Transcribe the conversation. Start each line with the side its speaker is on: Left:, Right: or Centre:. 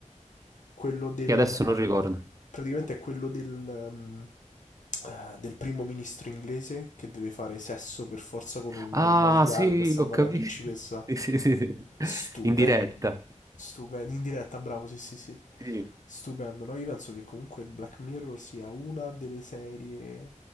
Left: quello del...
Right: Che adesso non ricordo.
Left: praticamente è quello del, ehm, eh, del primo ministro inglese che deve fare sesso per forza con un
Right: Ah,
Left: maiale
Right: sì,
Left: per salvare
Right: ho capito.
Left: la principessa.
Right: <laughs> Sì, sì, sì, sì.
Left: Stupendo,
Right: In diretta.
Left: stupendo, in diretta, bravo, sì, sì, sì.
Right: Sì.
Left: Stupendo, no? Io penso che comunque Black Mirror sia una delle serie